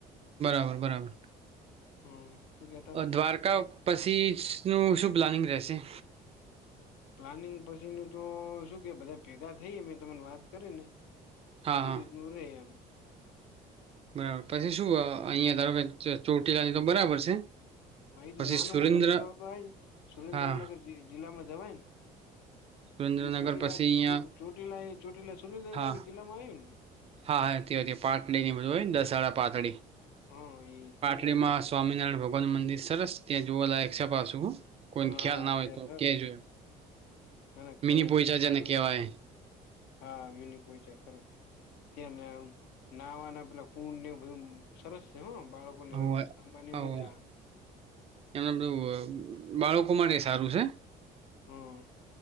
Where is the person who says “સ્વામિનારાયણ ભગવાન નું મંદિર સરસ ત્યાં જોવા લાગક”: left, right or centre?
Right